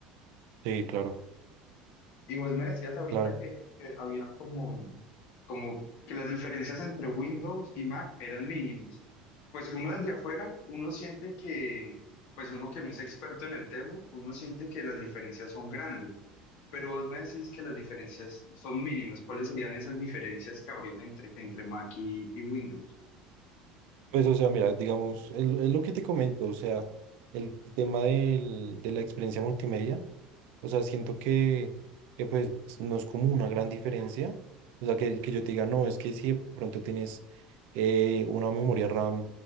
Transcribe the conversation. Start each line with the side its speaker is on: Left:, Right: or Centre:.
Right: Sí, claro,
Left: Y vos me decías ahorita
Right: claro.
Left: que, que había como, como que las diferencias entre Windows y Mac eran mínimas. Pues uno desde afuera, uno siente que, pues uno que no es experto en el tema, uno siente que las diferencias son grandes. Pero vos me decís que las diferencias son mínimas. ¿Cuáles serían esas diferencias que habrían entre, entre Mac y, y Windows?
Right: Pues, o sea, mira, digamos, es es lo que te comento, o sea, el tema del- de la experiencia multimedia O sea, siento que, que pues no es como una gran diferencia. O sea, que, que yo te diga, no, es que si de pronto tienes eh, una memoria RAM